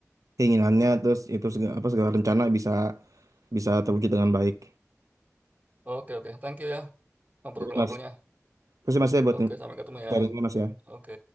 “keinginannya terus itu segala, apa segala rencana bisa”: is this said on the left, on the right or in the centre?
Right